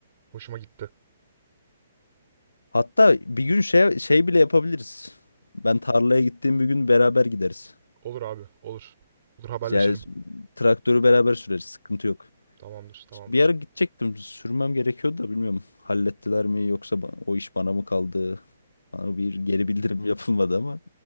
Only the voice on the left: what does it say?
Hatta bir gün şey şey bile yapabiliriz. Ben tarlaya gittiğim bir gün beraber gideriz.
Yani traktörü beraber süreriz. Sıkıntı yok.
Bir ara gidecektim. Sürmem gerekiyordu da bilmiyorum. Hallettiler mi yoksa ba- o iş bana mı kaldı? Bana bir geri bildirim yapılmadı ama.